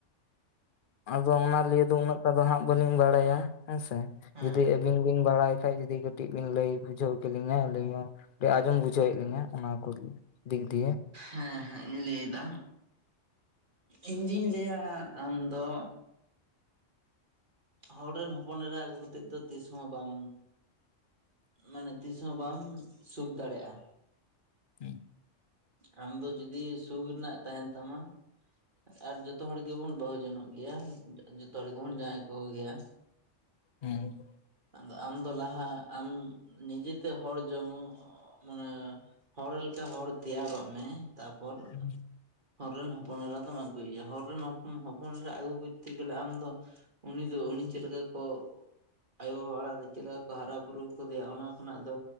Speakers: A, on the left; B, on the right.
A: ᱟᱫᱚ ᱚᱱᱟ ᱞᱤᱭᱮ ᱫᱚ ᱩᱱᱟᱹᱜ ᱴᱟ ᱫᱚ ᱦᱟᱸᱜ ᱵᱟᱹᱞᱤᱧ ᱵᱟᱲᱟᱭᱟ ᱦᱮᱸᱥᱮ
B: ᱦᱮᱸ
A: ᱡᱩᱫᱤ ᱟᱹᱵᱤᱱ ᱵᱤᱱ ᱵᱟᱲᱟᱭ ᱠᱷᱟᱡ ᱡᱩᱫᱤ ᱠᱟᱹᱴᱤᱡ ᱵᱤᱱ ᱞᱟᱹᱭ ᱵᱩᱡᱷᱟᱹᱣ ᱠᱮᱞᱤᱧᱟ ᱟᱹᱞᱤᱧ ᱦᱚᱸ ᱰᱤ ᱟᱸᱡᱚᱢ ᱵᱩᱡᱷᱟᱹᱣᱮᱫ ᱞᱤᱧᱟᱹ ᱚᱱᱟ ᱠᱚ ᱫᱤᱠ ᱫᱤᱠ ᱫᱤᱭᱮ᱾
B: ᱦᱮᱸ ᱦᱮᱸ ᱤᱧ ᱞᱟᱹᱭ ᱫᱟ ᱤᱧ ᱫᱩᱧ ᱞᱟᱹᱭᱟ ᱟᱢ ᱫᱚ ᱦᱚᱲ ᱨᱮᱱ ᱦᱚᱯᱚᱱ ᱮᱨᱟ ᱟᱹᱜᱩ ᱠᱟᱛᱮᱫ ᱫᱚ ᱛᱤᱥ ᱦᱚᱸ ᱵᱟᱢ ᱢᱟᱱᱮ ᱛᱤᱥᱦᱚᱸ ᱵᱟᱢ ᱥᱩᱠ ᱫᱟᱲᱮᱜ-ᱟ᱾
A: ᱦᱮᱸ
B: ᱟᱢ ᱫᱚ ᱡᱩᱫᱤ ᱥᱩᱠ ᱨᱮᱱᱟᱜ ᱛᱟᱦᱮᱱ ᱛᱟᱢᱟ ᱟᱨ ᱡᱚᱛᱚ ᱦᱚᱲ ᱜᱮᱵᱚᱱ ᱵᱟᱹᱦᱩ ᱡᱚᱱᱚᱜ ᱜᱮᱭᱟ ᱡᱚᱛᱚ ᱦᱚᱲ ᱜᱮᱵᱚᱱ ᱡᱟᱶᱟᱭ ᱠᱚ ᱜᱮᱭᱟ᱾
A: ᱦᱮᱸ
B: ᱟᱫᱚ ᱟᱢᱫᱚ ᱞᱟᱦᱟ ᱟᱢ ᱱᱤᱡᱮᱛᱮ ᱦᱚᱲ ᱡᱚᱝᱚᱜ ᱢᱟᱱᱮ ᱦᱚᱲ ᱞᱮᱠᱟ ᱦᱚᱲ ᱛᱮᱭᱟᱨᱚᱜ ᱢᱮ ᱛᱟᱯᱚᱨ
A: ᱦᱮᱸ <inaudible>
B: ᱦᱚᱨ ᱨᱮᱱ ᱦᱚᱯᱚᱱ ᱮᱨᱟ ᱫᱚᱢ ᱟᱹᱜᱩᱭ ᱭᱟ ᱦᱚᱨ ᱨᱮᱱ ᱦᱚᱯᱚᱱ ᱦᱚᱯᱚᱱ ᱮᱨᱟ ᱟᱹᱜᱩ ᱠᱚᱡᱛᱮ ᱜᱮᱞᱮ ᱟᱢ ᱫᱚ ᱩᱱᱤ ᱫᱚ ᱩᱱᱤ ᱪᱮᱫ ᱞᱮᱠᱟ ᱠᱚ ᱟᱭᱳᱵᱟᱵᱟ ᱚᱲᱟᱜ ᱨᱮ ᱪᱮᱫ ᱞᱮᱠᱟ ᱠᱚ ᱦᱟᱨᱟ ᱵᱩᱨᱩᱣ ᱠᱟᱫᱮᱭᱟ ᱚᱱᱟ ᱠᱷᱚᱱᱟᱜ ᱫᱚ